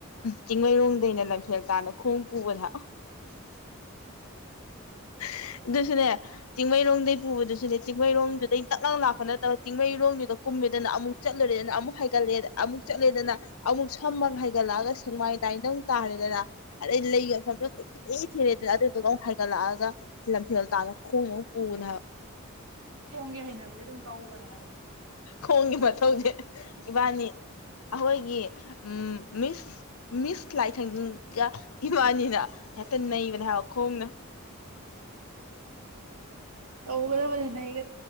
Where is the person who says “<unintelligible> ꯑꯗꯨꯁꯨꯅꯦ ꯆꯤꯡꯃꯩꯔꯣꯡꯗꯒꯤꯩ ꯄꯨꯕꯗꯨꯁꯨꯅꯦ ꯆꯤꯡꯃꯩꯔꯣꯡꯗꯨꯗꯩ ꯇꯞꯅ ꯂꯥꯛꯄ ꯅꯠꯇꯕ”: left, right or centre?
Left